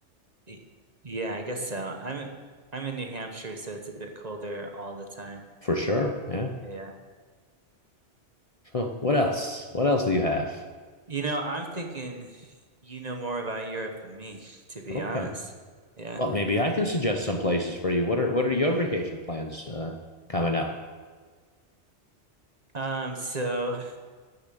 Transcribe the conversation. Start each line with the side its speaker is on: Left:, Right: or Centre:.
Right: Y- Yeah, I guess so. I'm I'm in New Hampshire, so it's a bit colder all the time.
Left: for sure. Yeah.
Right: Yeah.
Left: So, what else? What else do you have?
Right: You know, I'm thinking you know more about Europe than me, <laughs> to be
Left: Okay.
Right: honest. Yeah.
Left: Well, maybe I can suggest some places for you. What are what are your vacation plans uh, coming up?
Right: Um, so